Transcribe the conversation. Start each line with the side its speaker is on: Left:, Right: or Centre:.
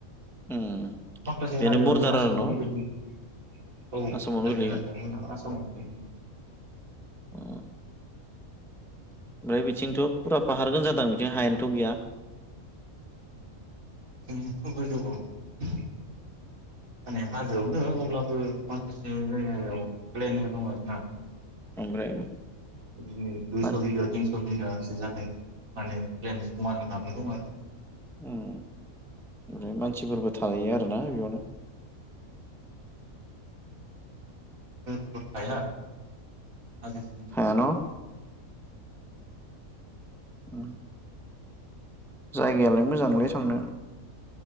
Centre: उम
Right: माखासे
Centre: बेनो
Right: हाजोआबो
Centre: बरदार
Right: आसामावनो
Centre: आरो न'
Right: गैलोयो <inaudible> औ
Centre: आसामावनो
Right: माखासे
Centre: गोलैयो
Right: हाजोआबो आसामावनो
Centre: अ ओमफ्राय बिथिंथ' फुरा फाहारगोन जादों बिथिं हायानोथ' गैया।
Right: दोथ' गोजौआवथ' माने हाजोआवनो अब्लाबो माखासे जायगायाव प्लेनबो दं आरो ना।
Centre: ओमफ्राय
Right: बिदिनो दुइस'
Centre: मान
Right: बिघा तिनस' बि बिगासे जानाय माने प्लेन समान हाबो दं आरो
Centre: उम ओफ्राय मानसिफोरबो थायो आरोना बेयावनो
Right: <unintelligible> थाया <inaudible>
Centre: हाया न' उम जायगायालाय मोजांलै थांनो।